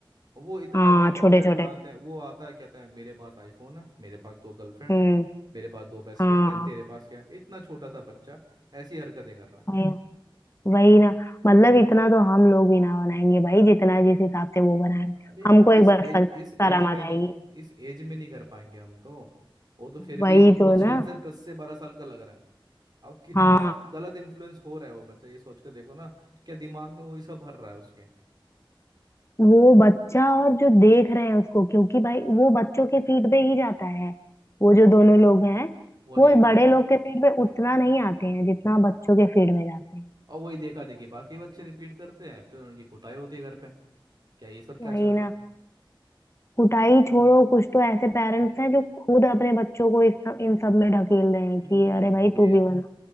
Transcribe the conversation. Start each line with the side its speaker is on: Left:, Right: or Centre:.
Right: वो इतना
Left: हाँ
Right: एडल्ट कंटेंट
Left: छोटे छोटे
Right: बनाते हैं वो आता है कहता है मेरे पास आईफोन है मेरे पास दो गर्लफ्रेंड
Left: हम्म
Right: है मेरे पास दो बेस्ट
Left: हाँ
Right: फ्रेंड है तेरे पास क्या है इतना छोटा सा बच्चा ऐसी हरकतें कर रहा है
Left: भाई वही ना मतलब इतना तो हम लोग भी ना बनाएंगे भाई जितना जिस हिसाब से वो बना रहे हैं।
Right: अरे हम
Left: हमको एक
Right: इस
Left: बार
Right: एज
Left: सच
Right: इस एज
Left: शर्म
Right: में
Left: आ जाएगी
Right: नहीं इस एज में नहीं कर पाएंगे हम तो वो तो फिर
Left: वही
Right: भी मुश्किल
Left: तो ना
Right: से दस से बारह साल का लग रहा है अब कितना
Left: हाँ
Right: गलत इन्फ्लुएंस हो रहा है वो बच्चा ये सोच कर देखो ना क्या दिमाग में वही सब भर रहा है उसके
Left: वो बच्चा और जो देख रहे हैं उसको क्योंकि भाई वो बच्चों के फीड पे ही जाता है वो जो दोनों लोग हैं
Right: वही
Left: वो बड़े लोग के फीड पे उतना नहीं आते हैं जितना बच्चों के फीड में जाते हैं
Right: और वही देखा देखी बाकी बच्चे रिपीट करते हैं फिर उनकी कुटाई होती है घर पे क्या ये सब क्या
Left: वही
Right: चल रहा
Left: ना
Right: है
Left: कुटाई छोड़ो कुछ तो ऐसे पेरेंट्स हैं जो खुद अपने बच्चों को इस सब, इन सब में ढकेल रहे हैं
Right: हम्म
Left: कि अरे भाई
Right: ये
Left: तू भी बना